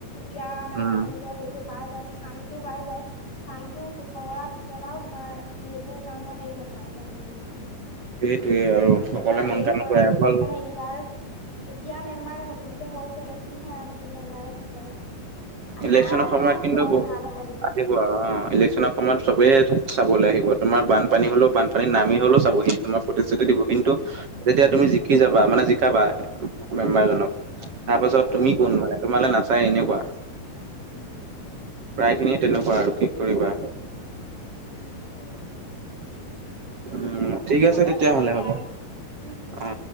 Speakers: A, on the left (about 40°); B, on the right (about 50°).
A: তিয়া মানে
B: উম
A: নিজৰ হেৰিটো পায় যায় স্থান টো পাই যায় স্থানটো দখল কৰাৰ পিছত আৰু তোমাৰ সেইবোৰ কামত হেৰি নহয় আ, মন নিদিয়ে।
B: সেইটোৱে আৰু সকলোৱে
A: এতিয়া
B: মন
A: এই এই
B: কাণ নকৰে অকল
A: মানে ইয়াৰ এতিয়া মেম্বাৰ এটা নতুনকে হৈছে এতিয়া কি হয় আৰু নতুন মেম্বাৰে কি কৰে। আশাতে
B: ইলেকশ্ব্যনৰ সময়ত
A: আছো
B: কিন্তু
A: আৰু
B: বহু-
A: ভাল হ'ব বুলি
B: আহিব অ, ইলেকশ্যনৰ সময়ত চবেই চাবলৈ আহিব। তোমাৰ বানপানী হ'লেও বানপানী
A: উম
B: নামি হ'লেও চাবহি তোমাৰ প্ৰতিশ্ৰুতি দিব। কিন্তু
A: উম,
B: যেতিয়া তুমি জিকি যাবা, মানে জিকাবা মেম্বাৰ জনক, তাৰ পাছত
A: হয়,
B: তুমি কোন মানে তোমালে নাচ চাই এনেকুৱা,
A: উম,
B: প্ৰায় খিনিয়ে তেনেকুৱা আৰু কি কৰিবা।
A: কি কৰিবা আৰু।
B: উম ঠিক
A: হ'ব
B: আছে তেতিয়াহ'লে
A: দিয়া তেতিয়া
B: হ'ব
A: আৰু উম উম।
B: অ